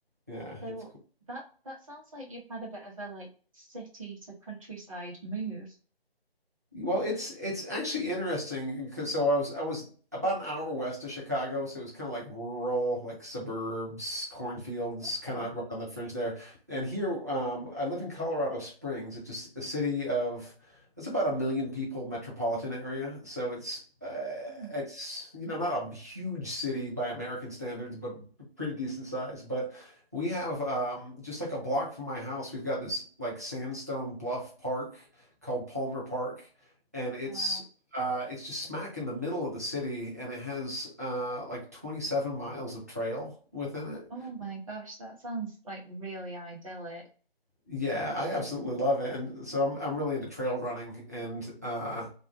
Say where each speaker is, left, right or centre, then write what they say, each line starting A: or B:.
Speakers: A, on the right; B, on the right.
A: Yeah,
B: So
A: it's
B: that that sounds like you've had a bit of a like city to countryside move.
A: Well, it's it's actually interesting because so I was I was about an hour west of Chicago, so it was kind of like rural, like suburbs, cornfields,
B: Okay.
A: kind of right on the fringe there. And here, um, I live in Colorado Springs. It's just a city of it's about a million people, metropolitan area. So it's uh,
B: Mm.
A: it's you know not a huge city by American standards, but pretty decent size. But we have um, just like a block from my house, we've got this like sandstone bluff park called Palmer Park and it's
B: Wow.
A: uh, it's just smack in the middle of the city, and it has uh, like 27 miles of trail within it.
B: Oh my gosh, that sounds like really idyllic.
A: Yeah, I absolutely love it, and so I'm I'm really into trail running, and uh,